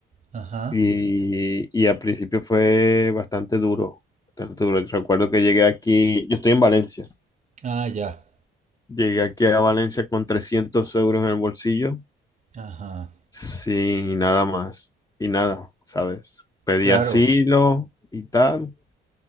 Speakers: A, on the right; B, on the left.
A: Ajá.
B: y, y al principio fue bastante duro, bastante duro. Recuerdo que llegué aquí, yo estoy en Valencia,
A: Ah, ya.
B: llegué aquí a Valencia con 300 euros en el bolsillo,
A: Ajá.
B: sin nada más, y nada, ¿sabes? Pedí
A: Claro.
B: asilo y tal,